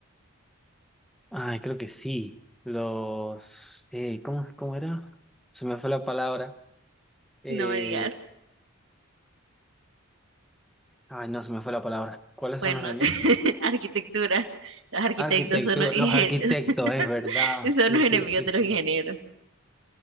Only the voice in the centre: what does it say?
Ay, creo que sí. Los... eh, ¿cómo, cómo era? Se me fue la palabra. Eh,
ay, no, se me fue la palabra. ¿Cuáles
son los enemigos?
Arquitecto,
los arquitectos,
es verdad.
Sí,
sí,
sí,
sí.